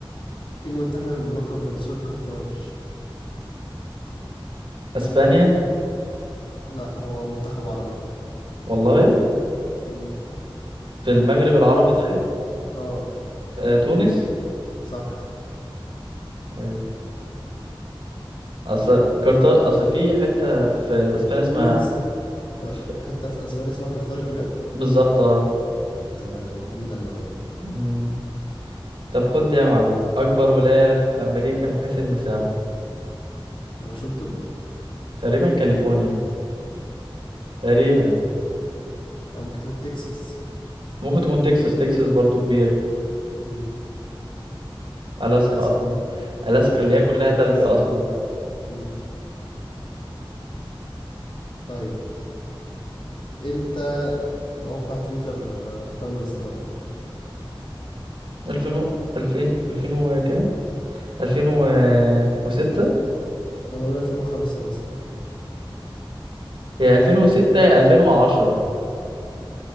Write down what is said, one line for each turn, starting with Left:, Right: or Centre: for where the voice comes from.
Left: ايه المنتخب الملقب بنسور قرطاج
Right: اسبانيا
Left: لا هو منتخب عربي
Right: والله
Left: امم
Right: في المغرب العربي
Left: شمال افريقيا
Right: طيب
Left: اه
Right: آه، تونس
Left: صح
Right: ايوه اصل كارتا اصل في حته في اسبانيا اسمها
Left: تونس آه،
Right: ف-
Left: حته في اسبانيا اسمها قرطاج بجد
Right: بالظبط اه
Left: آه، جديده المعلومه دي
Right: مم. طب خد دي يا معلم أكبر ولاية في أمريكا من حيث المساحة
Left: واشنطن
Right: تقريبا كاليفورنيا تقريبا
Left: كانت آه، ممكن تكون تكساس
Right: ممكن تكون تكساس تكساس برضو كبيرة
Left: امم
Right: ألاسكا
Left: الاسكا
Right: أصلا ألاسكا
Left: آه، دي
Right: اللي
Left: حاجه
Right: هي كلها
Left: تانية
Right: تلج
Left: خالص
Right: أصلا
Left: اه امم طيب امتى موقع تويتر آه، تم اصداره
Right: ألفين و ألفين ألفين وكام ألفين وستة
Left: انا اقول 2005 مثلا
Right: هي ألفين وستة
Left: انا مش فاكر
Right: يا
Left: الصراحه
Right: ألفين وعشرة